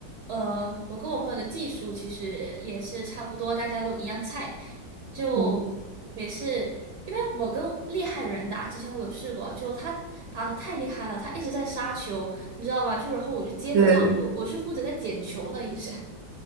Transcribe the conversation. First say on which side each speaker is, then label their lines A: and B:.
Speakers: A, on the right (about 60°); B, on the right (about 80°).
A: 呃，我跟我朋友的技术其实也是差不多，大家都一样菜，就
B: 嗯，
A: 每次因为我跟厉害的人打，之前我有试过，就他打的太厉害了，他一直在杀球，你知道吧？就然后我就接不到，
B: 对对
A: 就我是负责在捡球的一直。